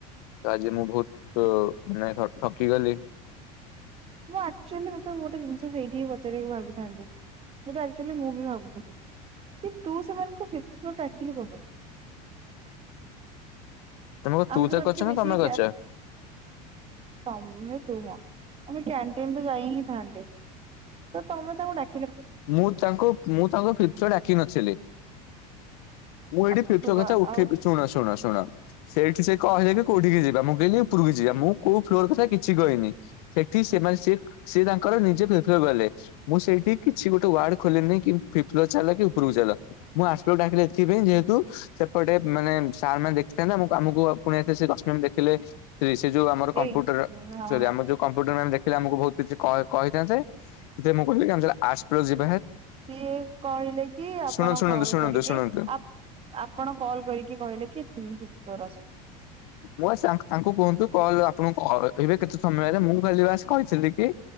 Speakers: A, on the left; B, on the right.
A: ତ ଆଜି ମୁଁ ବହୁତ ମାନେ ଠକି ଗଲି।
B: ମୁଁ ଆକ୍ଚୁଆଲି ତତେ ଗୋଟ ଜିନି ସେଠି କ ପଚାରକୁ ଭାବିଥାନ୍ତି। ସେଟାଚୁ ମୁଁ ବି ଭାବୁଥିଲି କି ତୁ ସେମାନଙ୍କୁ ଫଡାିଲୁ କ ପାଇଁ।
A: ତମକୁ
B: ଆମେ
A: ତୁ
B: ତ
A: ତା
B: ଜମକି
A: ଅଛ
B: ମିଶିକି
A: ନା ତମେ
B: କ୍ୟା
A: କରଛ।
B: ତମେ ତୁମ ଆମେ କ୍ୟାଣ୍ଟିନ ତ ଯାଇ ହିଁ ଥାନ୍ତେ ତ ତମେ ତାଙ୍କୁ ଡା।
A: ମୁଁ ତାଙ୍କୁ ମୁଁ ତାଙ୍କ ଫ୍ୟଚର ଆଡାକି ନଥିଲିମ୍। ମୁଁ ଏଇଠି
B: ଆଉ
A: ଫିର୍ତ
B: ତୁ ବା
A: କଥା ଉଠେଇ
B: ଆଉ
A: ଶୁଣା ଶୁଣା ଶୁଣା। ସେଇଠି ସେ କହିଲେକି କୋଉଠିକି ଯିବା ମୁଁ କହିଲି ଉପରକୁ ଯିବା ମୁଁ କୋଉ ଫ୍ଲୋର କଥା କିଛି କହିନି ସେଠି ସେମାନେ ସେ ସେ ତାଙ୍କର ନିଜେ ଫ ଫ ଗଲେ ମୁଁ ସେଇଠିକି। କିଛି ଗୋଟେ ୱାର୍ଡ ଖୋଲିନି କି ଫ ଫ୍ଲୋ ଚାଲ କି ଉପରକୁ ଚାଲ ମୁଁ ଆ୍ଲର ଡାକିଲେ ଏଥିପାଇଁ ଯେହେତୁ ସେପଟେ ମାନେ ସାର୍ ମାନ ଦେଖିଥାନ୍ତତା ମୁଁ କମକୁ ପୁଣି ଦେଖିଲେ। ସେ ଯଉ ଆମ କମ୍ଟ ଆମରଉ
B: ଏଇ ହଁ
A: କମ୍ପୁଟରେ ପ ଆମକୁ ବହୁତ କିଛି କହିଥାନ୍ତ ଯେ ସେ ମୁଁ କହିବି ଆମ <unintelligible>
B: ସିଏ କହିଲେ କି ଆପଣ
A: ଶୁଣନ୍ତୁ ଶୁଣନ୍ତୁ
B: କଲ
A: ଶୁଣନ୍ତୁ
B: କରିକି
A: ଶୁଣନ୍ତୁ
B: ଆପଣ କଲ୍ କରିକି କହିଲେ କି <unintelligible> ଆସ।
A: ମୁଁ ଆ ତାଙ୍କୁ କୁହନ୍ତୁ କଲ ଆପଣଙ୍କୁ କହେ କେତେ ସମୟ ହେଲେ ମୁଁ ଖାଲି ବାସ କହିଥିଲି କି